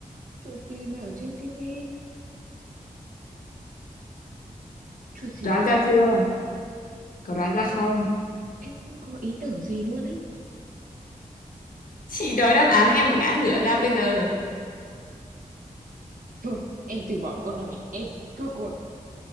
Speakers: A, on the right (about 70°); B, on the left (about 80°).
A: chuột gì mà ở trên tivi? Chuột gì
B: đoán
A: nhỉ?
B: ra chưa? Có đoán ra không?
A: Em không có ý tưởng gì luôn ấy.
B: Chị nói đáp án em mà ngã ngửa ra bây giờ.
A: Thôi, em từ bỏ câu này, em thua cuộc.